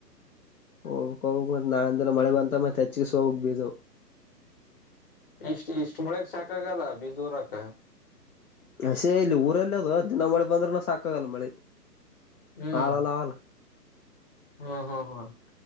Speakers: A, on the left; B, on the left.
A: ಹೋಗಕ್ ಹೋಗ ಮತ್ತತ್ ನಾಳೆಂದಿನ ಮಳೆ ಬಂತ ಮತ್ತೆ ಹೆಚ್ಚಗಸ್ ಹೋಗಕ್ ಬೀಜ
B: ಇಷ್ಟ ಇಷ್ಟ ಮಳಗ್ ಸಾಕಾಗಲ್ಲ ಬೀಜೋರಾಕ
A: ಹಸೇ ಇಲ್ಲಿ ಊರಲ್ಲಿ ಅದು ದಿನ ಮಳೆ ಬಂದ್ರನು ಸಾಕಾಗಲ್ಲ ಮಳಿ
B: ಹ್ಮ್
A: ಹಳಲ್ಲ ಆಲ್ಲ
B: ಹ್ಮ್ ಹ್ಮ್ ಹ್ಮ್